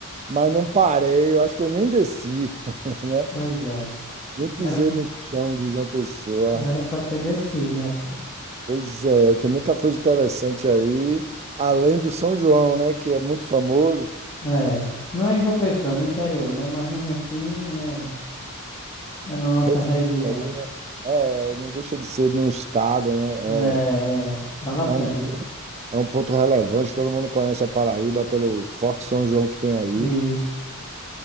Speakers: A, on the right; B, on the left.
A: mas não parei. Eu acho que eu nem desci, <laughs> né?
B: pois é.
A: Nem pisei
B: Era pra,
A: no chão de João Pessoa.
B: era pra ter descido, rapaz.
A: Pois é, tem muita coisa interessante aí, além do São João, né? Que é muito famoso.
B: É, não é em João Pessoa, é no interior, né? Mas mesmo assim, é, é na nossa
A: Recife
B: região
A: aí, né?
B: aqui.
A: É, não deixa de ser no estado, né?
B: Né,
A: É,
B: é, vale a pena.
A: é um, é um ponto relevante. Todo mundo conhece a Paraíba pelo Forte São João que tem aí.
B: Isso.